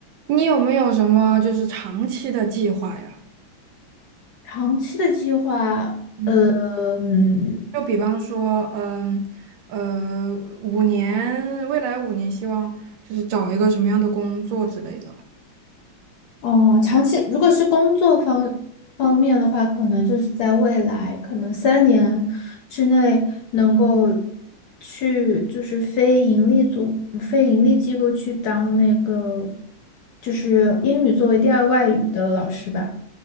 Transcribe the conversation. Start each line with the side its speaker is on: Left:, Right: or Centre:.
Right: 你有没有什么就是长期的计划呀？
Left: 长期的计划，
Right: 嗯，
Left: 嗯，
Right: 就比方说，嗯，呃，五年，未来五年，希望就是找一个什么样的工作之类的。
Left: 哦，长期如果是工作方方面的话，可能就是在未来，可能三年之内能够去就是非盈利组、非盈利机构去当那个就是英语作为第二外语的老师吧。